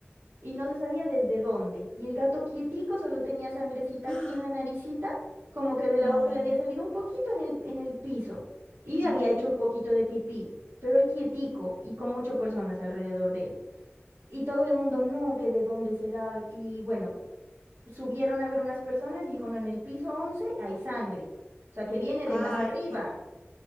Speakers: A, on the right; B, on the left.
A: y no se sabía desde dónde. Y el gato quietico solo tenía sangrecita
B: <gasps>
A: aquí en la naricita, como que de la
B: Mm,
A: boca le había salido un poquito en el, en el piso y
B: ujú.
A: había hecho un poquito de pipí, pero el quietico y como ocho personas alrededor de él. Y todo el mundo, no, que de dónde será. Y bueno, subieron a ver unas personas y dijo, no, en el piso 11 hay sangre, o sea que viene de
B: Ay,
A: más arriba.